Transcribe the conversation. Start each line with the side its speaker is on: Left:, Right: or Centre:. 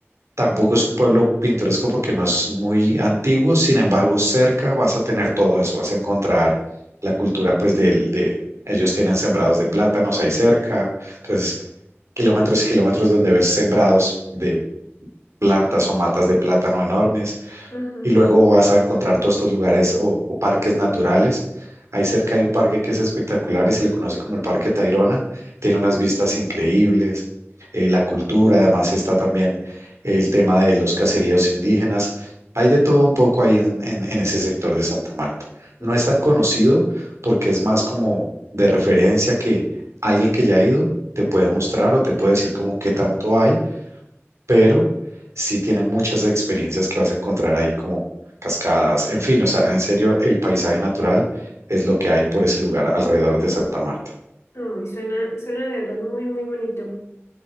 Right: Tampoco es un pueblo pintoresco porque no es muy antiguo. Sin embargo, cerca vas a tener todo eso. Vas a encontrar la cultura, pues, del, de ellos tienen sembrados de plátanos ahí cerca. Entonces, kilómetros y kilómetros donde ves sembrados de plantas o matas de plátano enormes
Left: ajá.
Right: y luego vas a encontrar todos estos lugares o, o parques naturales. Ahí cerca hay un parque que es espectacular y se le conoce como el Parque Tayrona. Tiene unas vistas increíbles, eh, la cultura, además está también el tema de los caseríos indígenas. Hay de todo un poco ahí en, en- en ese sector de Santa Marta.
Left: mm.
Right: No es tan conocido porque es más como de referencia que alguien que ya ha ido te puede mostrar o te puede decir como qué tanto hay pero sí tiene muchas experiencias que vas a encontrar ahí, como cascadas, en fin, o sea, en serio, el paisaje natural es lo que hay por ese lugar alrededor de Santa Marta.
Left: Ay, suena, suena de verdad muy, muy bonito.